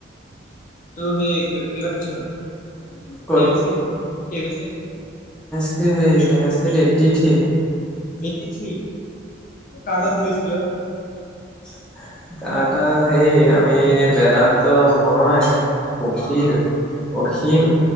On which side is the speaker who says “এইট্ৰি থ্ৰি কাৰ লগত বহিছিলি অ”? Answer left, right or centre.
Left